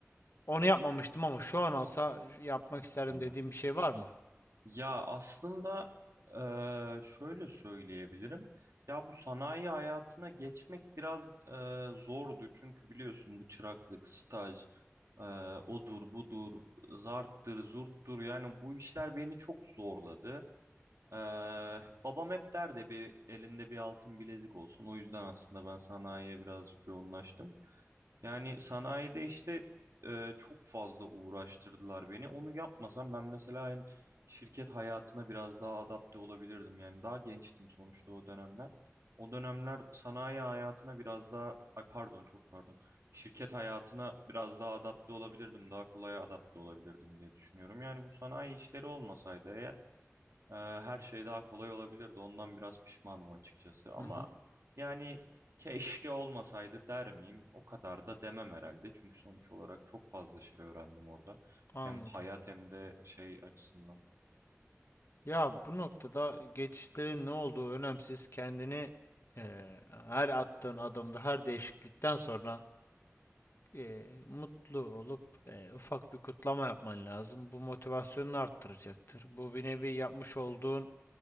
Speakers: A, on the left (about 60°); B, on the right (about 85°).
A: Onu yapmamıştım ama şu an olsa yapmak isterdim
B: Anladım.
A: dediğim bir şey var mı?
B: Ya aslında eee, şöyle söyleyebilirim. Ya bu sanayi hayatına geçmek biraz eee, zordu. Çünkü biliyorsun bu çıraklık, staj, eee, odur budur, zarttır, zurttur. Yani bu işler beni çok zorladı. Ee, babam hep derdi bir elinde bir altın bilezik olsun. O yüzden aslında ben sanayiye birazcık yoğunlaştım. Yani sanayide işte e, çok fazla uğraştırdılar beni. Onu yapmasam ben mesela hem şirket hayatına biraz daha adapte olabilirdim. Yani daha gençtim sonuçta o dönemler. O dönemler sanayi hayatına biraz daha, ay pardon çok pardon. Şirket hayatına biraz daha adapte olabilirdim. Daha kolay adapte olabilirdim diye düşünüyorum. Yani bu sanayi işleri olmasaydı eğer ee, her şey daha kolay olabilirdi. Ondan biraz pişmanım açıkçası. Ama
A: Hı hı,
B: yani keşke olmasaydı der miyim? O kadar da demem herhalde. Çünkü sonuç olarak çok fazla şey öğrendim orada.
A: anladım.
B: Hem hayat hem de şey açısından.
A: Ya bu noktada geçişlerin ne olduğu önemsiz. Kendini eee, her attığın adımda, her değişiklikten sonra eee, mutlu olup eee, ufak bir kutlama yapman lazım. Bu motivasyonunu arttıracaktır. Bu bir nevi yapmış olduğun